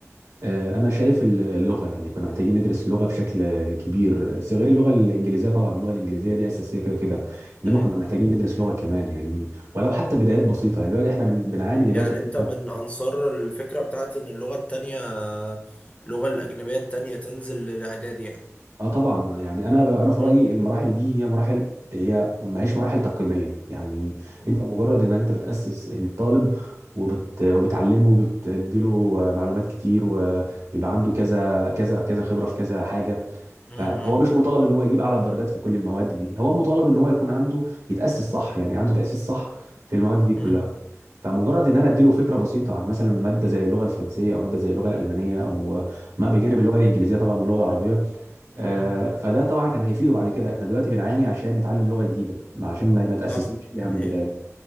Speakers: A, on the right (about 75°); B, on the left (about 25°).
A: آه، انا شايف ال- اللغه يعني كنا محتاجين ندرس اللغه بشكل كبير آه، غير اللغه الانجليزيه طبعا اللغه الانجليزيه دي اساسيه كده كده انما
B: امم
A: كنا محتاجين ندرس لغه كمان يعني ولو حتى بدايات بسيطه يعني دلوقتي احنا بن- بنعاني دلوقتي
B: يعني
A: إن
B: انت من
A: إحنا-
B: انصار الفكرة بتاعت ان اللغة التانية اللغة الاجنبية التانية تنزل للاعدادي يعني
A: اه طبعا يعني انا ب- انا في
B: مم.
A: رايي المراحل دي هي مراحل هي ما هيش مراحل تقييميه يعني
B: مم.
A: انت مجرد ان انت بتاسس الطالب وبت... وبتعلمه وبتديله معلومات كتير و- ويبقى عنده كذا كذا كذا خبره في كذا حاجه
B: مم.
A: فهو مش مطالب ان هو يجيب اعلى الدرجات في كل المواد دي هو مطالب ان هو يكون عنده يتاسس صح يعني عنده تاسيس صح في المواد دي كلها
B: مم.
A: فمجرد ان انا اديله فكره بسيطه عن مثلا ماده زي اللغه الفرنسيه او ماده زي اللغه الالمانيه او ما بجانب اللغه الانجليزيه طبعا واللغه العربيه آه،
B: مم.
A: فده طبعا كان هيفيده بعد كده احنا دلوقتي بنعاني عشان نتعلم لغه جديده ما- عشان ما ما تاسسناش
B: صح
A: فيها
B: دي حقيقة.
A: من البدايه